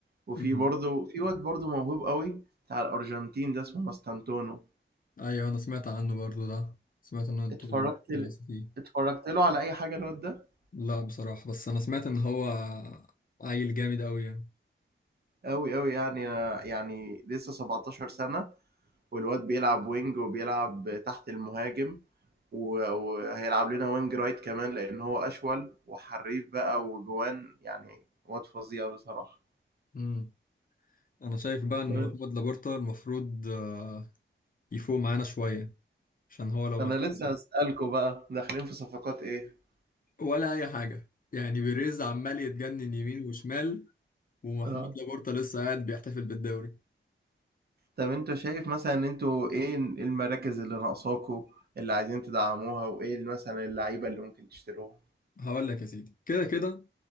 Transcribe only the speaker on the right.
وفي
برضه في واد برضه موهوب قوي بتاع الارجنتين ده اسمه ماستانتونو
اتفرجت ل...
اتفرجت له على اي حاجه الواد ده
قوي قوي يعني أنا- يعني لسه 17 سنه والواد بيلعب وينج وبيلعب تحت المهاجم و- وهيلعب لنا وينج رايت كمان لان هو اشول وحريف بقى وجوان يعني واد فظيع بصراحه
طب
انا
لسه هسألكوا بقى داخلين في صفقات ايه
اه
طب انتوا شايف مثلا ان انتوا ايه المراكز اللي ناقصاكوا اللي عايزين تدعموها وايه مثلا اللعيبه اللي ممكن تشتروها